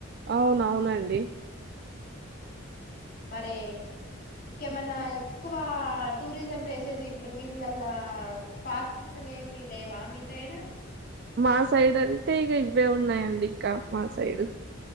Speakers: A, on the right; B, on the left.
A: అవున అవునండి
B: మరే ఇంకేమన్నా ఎక్కువ టూరిజం ప్లేసెస్ ఇప్పుడు వీటిలల్లా పాఛీనం ఏమి లేవా మీ సైడ్
A: మా సైడ్ అంటే ఇగా ఇవే ఉన్నాయండి ఇంకా మా సైడ్